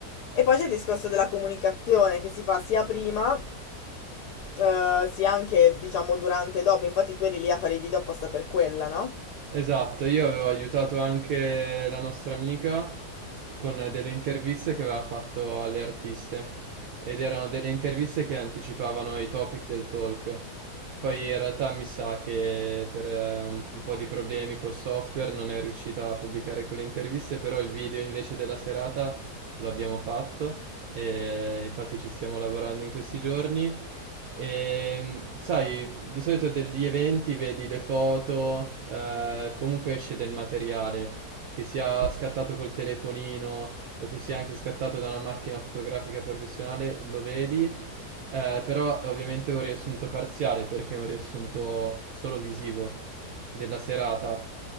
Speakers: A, on the left; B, on the right.
A: E poi c'è il discorso della comunicazione che si fa sia prima, eh, sia anche, diciamo, durante e dopo. Infatti tu eri lì a fare i video apposta per quella, no?
B: Esatto, io avevo aiutato anche la nostra amica con delle interviste che aveva fatto alle artiste ed erano delle interviste che anticipavano i topic del talk. Poi in realtà mi sa che per eh, un un po' di problemi col software non è riuscita a pubblicare quelle interviste, però il video invece della serata lo abbiamo fatto e infatti ci stiamo lavorando in questi giorni. E, sai, di solito degli eventi vedi le foto, eh, comunque esce del materiale, che sia scattato col telefonino o che sia anche scattato da una macchina fotografica professionale, lo vedi, eh, però è ovviamente un riassunto parziale perché è un riassunto solo visivo della serata.